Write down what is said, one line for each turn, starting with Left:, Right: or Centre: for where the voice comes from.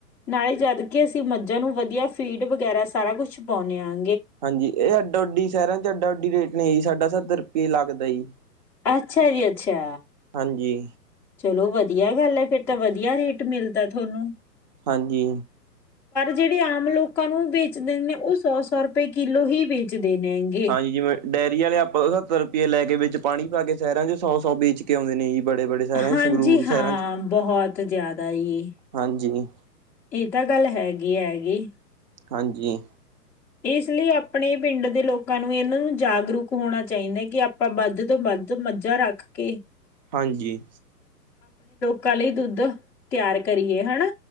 Centre: ਨਾਲੇ ਜਦ ਕੇ ਅਸੀਂ ਮੱਝਾਂ ਨੂੰ ਵਧੀਆ ਫੀਡ ਵਗੈਰਾ ਸਾਰਾ ਕੁਛ ਪਾਉਂਨੇ ਆਾਂ।
Right: ਹਾਂਜੀ ਇਹ ਐਡਾ- ਅਡੀ ਸ਼ਹਿਰਾਂ ਚ ਐਡਾ- ਅਡੀ ਰੇਟ ਨੀ ਹੈ ਜੀ ਸਾਡਾ ਸੱਤਰ ਰੁਪਏ ਲੱਗਦਾ ਜੀ।
Centre: ਅੱਛਾ ਜੀ ਅੱਛਾ
Right: ਹਾਂਜੀ
Centre: ਚਲੋ ਵਧ ਵਧੀਆ ਗੱਲ ਏ ਫੇਰ ਤੇ ਵਧੀਆ ਰੇਟ ਮਿਲਦਾ ਥੋਹਨੂ।
Right: ਹਾਂਜੀ।
Centre: ਜਿਹੜੇ ਆਮ ਲੋਕਾਂ ਨੂੰ ਵੇਚਦੇ ਨੇ ਉਹ ਸੌ -ਸੌ ਰੁਪਏ ਕਿਲੋ ਹੀ ਵੇਚਦੇ ਨੇਗੇ।
Right: ਹਾਂਜੀ ਜਿਵੇਂ ਡੇਅਰੀ ਆਲੇ ਆਪ ਤੋਂ ਸੱਤਰ ਰੁਪਏ ਲੈ ਕੇ ਵਿੱਚ ਪਾਣੀ ਪਾ ਕੇ ਸ਼ਹਿਰਾਂ ਚ ਸੌ -ਸੌ ਬੇਚ ਕੇ ਆਉਂਦੇ ਨੇ ਜੀ। ਬੜੇ- ਬੜੇ ਸ਼ਹਿਰਾਂ
Centre: ਹਾਂਜੀ
Right: ਸੰਗਰੂਰ
Centre: ਹਾਂ
Right: ਸ਼ਹਿਰਾਂ ਚ,
Centre: ਬਹੁਤ ਜ਼ਿਆਦਾ ਜੀ
Right: ਹਾਂਜੀ।
Centre: ਇਹ ਤਾਂ ਗੱਲ ਹੈਗੀ- ਹੈਗੀ।
Right: ਹਾਂਜੀ।
Centre: ਇਸ ਲਈ ਆਪਣੇ ਪਿੰਡ ਦੇ ਲੋਕਾਂ ਨੂੰ ਇਹ ਨੂੰ ਜਾਗਰੂਕ ਹੋਣਾ ਚਾਹੀਦਾ ਕਿ ਆਪਾਂ ਬਧ ਤੋਂ ਬਧ ਅ ਮੱਝਾਂ ਰੱਖ ਕੇ
Right: ਹਾਂਜੀ।
Centre: ਕੱਲ ਲਈ ਦੁੱਧ ਤਿਆਰ ਕਰੀਏ ਹਨਾ।